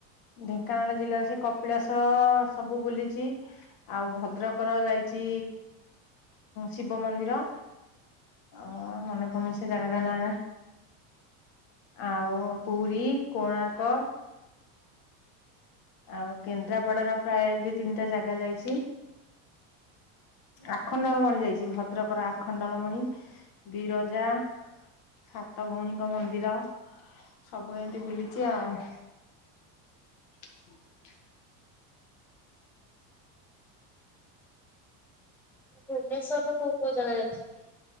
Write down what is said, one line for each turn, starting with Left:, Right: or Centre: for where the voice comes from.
Left: ଢେଙ୍କାନାଳ ଜିଲ୍ଲାର ସେ କପିଳାସ ସବୁ ବୁଲିଛି। ଆଉ ଭଦ୍ରକର ଯାଇଛି ଶିବ ମନ୍ଦିର। ଅ ମନେ ପାଡୁନୀ ସେ ଜାଗାଟା ନା ଆଉ ପୁରୀ କୋଣାର୍କ ଆଉ କେନ୍ଦ୍ରାପଡାର ପ୍ରାୟ ଦିଇ ତିନିଟା ଜାଗା ଯାଇଛି। ଆଖଣ୍ଡଳ ମଣି ଯାଇଛି ଭଦ୍ରକର ଆଖଣ୍ଡଳ ମଣି ବିରଜା ସାତ ଭଉଣୀଙ୍କ ମନ୍ଦିର ସବୁ ଏମିତି ବୁଲିଛି ଆଉ। ହ
Centre: ଭୁବନେଶ୍ୱର କଉ କଉ ଜାଗା ଜାଇଛନ୍ତି?